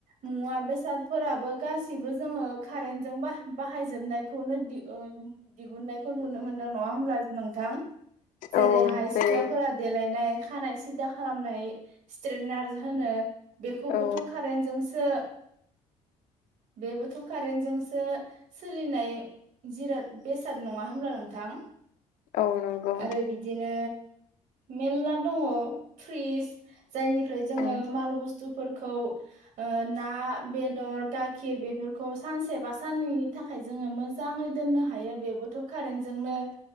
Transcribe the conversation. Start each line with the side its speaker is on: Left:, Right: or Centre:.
Right: मुवा बेसादफोराबो गासिबो जोङो कारेन्टजों बाहायजोबनायखौनो दिहुननायखौ नुनो मोनदों नङा होनोमब्ला नोंथां
Left: ओं
Right: जेरैहाय
Left: औ जेरै
Right: सिख्लाफोरा देलायनाय खानाय सिद्दा खालामनाय स्ट्रेटनार होनो बेखौबोथ'
Left: औ
Right: कारेन्ट जोंसो बेबोथ' कारन्टजोंसो सोलिनाय जिराद बेसाद नङा होमब्ला नोंथां
Left: औ नंगौ
Right: आरो बिदिनो मेरला दङ फ्रिज जायनिफ्राय जोङो
Left: उम
Right: माल बुस्थुफोरखौ ना बेदर गाखिर बेफोरखौ सानसे बा साननैनि थाखाय थाखाय जोङो मोजाङै दोननो हायो बेबोथ' कारेन्टजोंनो